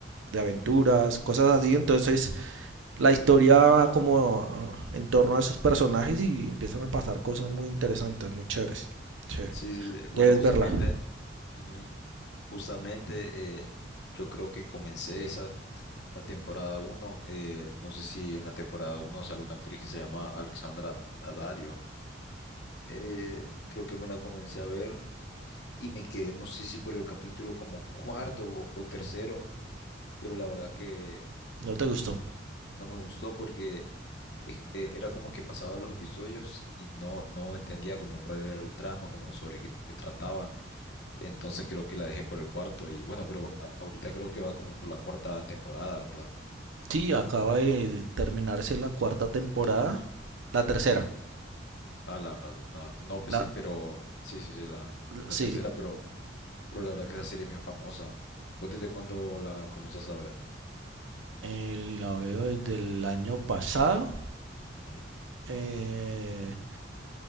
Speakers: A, on the right; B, on the left.
A: de aventuras, cosas así. Entonces la historia va como ah, en torno a esos personajes y empiezan a pasar cosas muy interesantes, muy chéveres. Sí.
B: Sí, sí, sí,
A: Debes
B: Bueno, justamente.
A: verla.
B: Ujú. Justamente, eh, yo creo que comencé esa, la temporada uno. eh, no sé si en la temporada uno sale una actriz que se llama Alexandra Daddario. Eh, creo que me la comencé a ver y me quedé, no sé si por el capítulo como cuarto o, o tercero, pero la verdad que
A: ¿No te gustó?
B: no me gustó porque eh, eh, era como que pasaba los episodios y no, no entendía como cuál era el trama, como sobre qué, qué trataba. Entonces creo que la dejé por el cuarto y bueno, pero a- ahorita creo que va como por la cuarta temporada, ¿verdad?
A: Sí, acaba de terminarse la cuarta temporada. La tercera.
B: Ujú. Ah, la, la- no, pues
A: La,
B: sí, pero sí, sí, sí, la,
A: sí,
B: la tercera, pero, pero la verdad que esa serie es bien famosa. ¿Vos desde cuándo la comenzás a ver?
A: eh, la veo desde el año pasado.
B: Ujú,
A: eh,